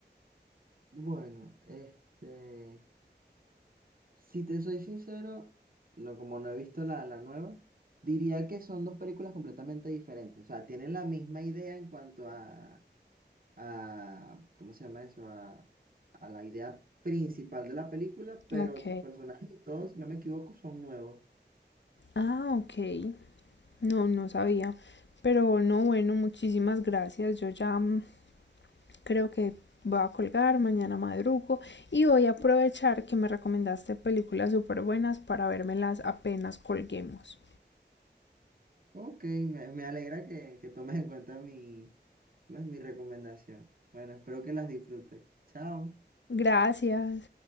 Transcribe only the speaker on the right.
Bueno, este, si te soy sincero, no, como no he visto la, la nueva, diría que son dos películas completamente diferentes, o sea, tienen la misma idea en cuanto a a, ¿cómo se llama eso? A, a la idea principal de la película, pero
sus personajes y todo, si no me equivoco, son nuevos.
Ok, me, me alegra que, que tomes en cuenta mi, pues, mi recomendación. Bueno, espero que las disfrutes. Chao.